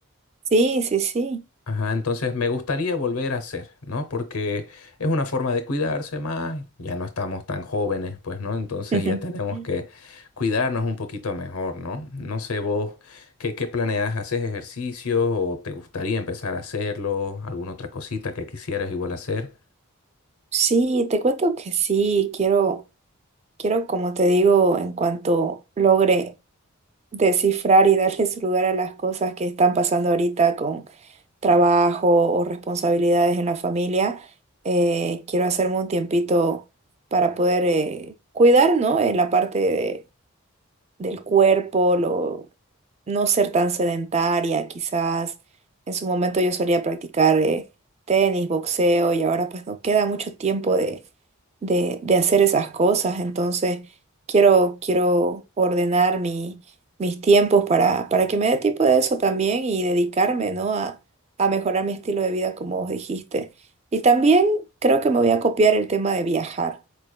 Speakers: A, on the right; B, on the left.
A: Sí, sí, sí.
B: Ajá, entonces me gustaría volver a hacer, ¿no? Porque es una forma de cuidarse más, ya no estamos tan jóvenes, pues, ¿no? Entonces
A: <laughs>
B: ya tenemos que cuidarnos un poquito mejor, ¿no? No sé vos, ¿qué, qué planeas? ¿Haces ejercicio o te gustaría empezar a hacerlo? ¿Alguna otra cosita que quisieras igual hacer?
A: Sí, te cuento que sí, quiero, quiero, como te digo, en cuanto logre descifrar y darle su lugar a las cosas que están pasando ahorita con trabajo o responsabilidades en la familia, eh, quiero hacerme un tiempito para poder eh, cuidar, ¿no? Eh, la parte de- del cuerpo, lo, no ser tan sedentaria, quizás en su momento yo solía practicar eh, tenis, boxeo y ahora pues no queda mucho tiempo de, de, de hacer esas cosas, entonces quiero, quiero ordenar mi, mis tiempos para, para que me dé tiempo de eso también y dedicarme, ¿no? a, a mejorar mi estilo de vida como vos dijiste. Y también creo que me voy a copiar el tema de viajar.